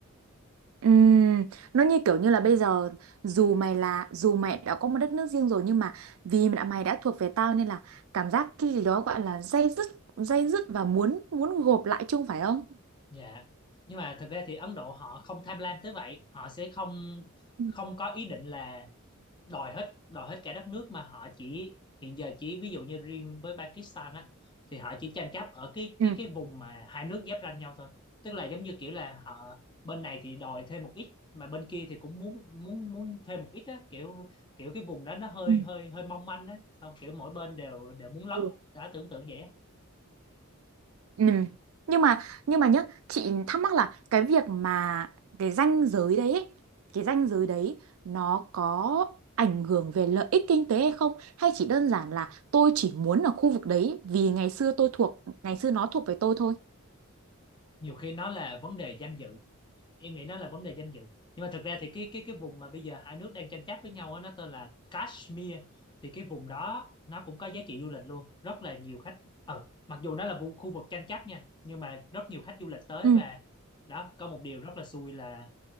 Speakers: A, on the right (about 70°); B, on the left (about 20°).
A: Ừm, nó như kiểu như là bây giờ dù mày là dù mày đã có một đất nước riêng rồi nhưng mà vì đã mày đã thuộc về tao nên là cảm giác cái gì đó gọi là day dứt day dứt và muốn muốn gộp lại chung phải không?
B: Dạ. Nhưng mà thực ra thì Ấn Độ họ không tham lam tới vậy, họ sẽ không
A: Ừ.
B: không có ý định là đòi hết đòi hết cả đất nước mà họ chỉ hiện giờ chỉ ví dụ như riêng với Pakistan á thì họ chỉ tranh chấp ở cái
A: Ừ.
B: cái cái vùng mà hai nước giáp ranh nhau thôi. Tức là giống như kiểu là họ bên này thì đòi thêm một ít mà bên kia thì cũng muốn muốn muốn thêm một ít á, kiểu kiểu cái vùng đó nó hơi
A: Ừ.
B: hơi hơi mong manh á, xong kiểu mỗi bên đều đều muốn lấn.
A: Ừ.
B: Đã tưởng tượng vậy á.
A: Ừ. Nhưng mà nhưng mà nhá, chị thắc mắc là cái việc mà cái ranh giới đấy ấy, cái ranh giới đấy nó có ảnh hưởng về lợi ích kinh tế hay không hay chỉ đơn giản là tôi chỉ muốn ở khu vực đấy vì ngày xưa tôi thuộc ngày xưa nó thuộc về tôi thôi.
B: Nhiều khi nó là vấn đề danh dự em nghĩ nó là vấn đề danh dự nhưng mà thực ra thì cái cái cái vùng mà bây giờ hai nước đang tranh chấp với nhau á, nó tên là Kashmir thì cái vùng đó nó cũng có giá trị du lịch luôn rất là nhiều khách ờ mặc dù nó là vu- khu vực tranh chấp nha nhưng mà rất nhiều khách du lịch tới
A: ừ
B: và đó có một điều rất là xui là